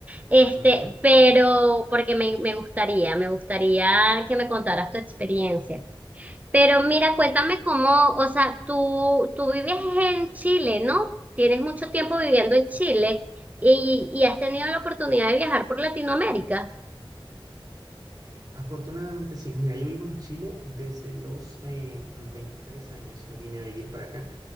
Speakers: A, on the right (about 15°); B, on the right (about 45°).
A: Este,
B: Ujú.
A: pero porque me, me gustaría, me gustaría que me contaras tu experiencia. Pero mira, cuéntame cómo, o sea, tú, tú vives en Chile, ¿no? Tienes mucho tiempo viviendo en Chile y, y has tenido la oportunidad de viajar por Latinoamérica.
B: Afortunadamente sí. Mira, yo vivo en Chile desde los eh, 23 años. Me vine a vivir para acá